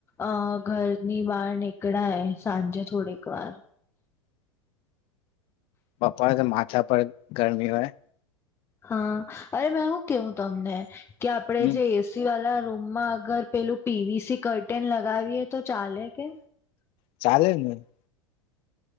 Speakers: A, on the left; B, on the left.
A: અ ઘરની બહાર નીકળાય સાંજે થોડીક વાર
B: બોપોરે તો માથા પર ગરમી હોય.
A: હા અરે મે હું કેવું તમને કે આપડે
B: હમ
A: જે એસી વાલા રૂમમાં અગર પેલું પીવીસી કરટેન લગાવીએ તો ચાલે કે?
B: ચાલે ને.